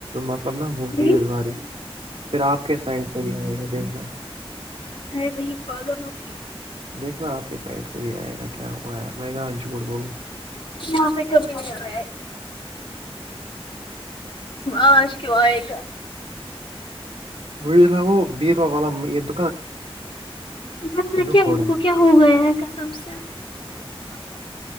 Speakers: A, on the right; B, on the left.
A: مطلب نا ہوتی
B: جی
A: ہے بارش پھر آپ کے سائڈ سے بھی آئے گا دیکھنا
B: ہے نہیں پا گا توو کیا
A: دیکھنا آپ کے سائڈ سے بھی آئے گا کیا ہوا یار میں گا انج بٹ بولو
B: یہاں پہ کمی نہیں آ رہا ہے آش کیوں آئے گا
A: وہ رہاو بیرو والم یہد
B: بات رکھ
A: دکھ ہو
B: ان
A: رہا
B: کو کیا ہو گیا ہے کسم سے اسن نسا